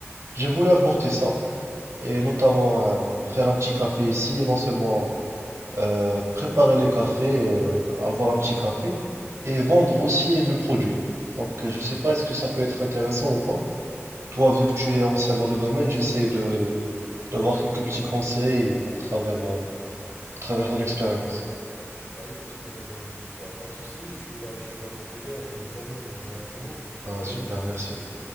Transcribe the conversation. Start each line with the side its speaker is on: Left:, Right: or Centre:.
Right: j'ai voulu importer ça. Et notamment euh, faire un petit café ici. Et non seulement euh, préparer les cafés, euh, avoir un petit café et vendre aussi le produit. Donc, euh, je sais pas, est-ce que ça peut être intéressant ou pas? Toi, vu que tu es ancien dans le domaine, j'essaie de d'avoir quelques petits conseils à travers, euh, à travers ton expérience.
Left: Bah écoute, euh, bah, pas de souci, je suis là, je suis là pour t'aider, on est des amis, on est entre nous.
Right: Ah,
Left: Euh,
Right: super,
Left: le truc,
Right: merci.
Left: c'est que,